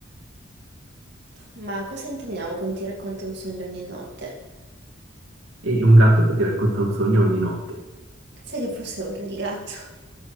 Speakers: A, on the right; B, on the right.
A: Ma cosa intendiamo con ti racconto un sogno ogni notte?
B: E un gatto che ti racconta un sogno ogni notte.
A: Sai che forse vorrei il gatto.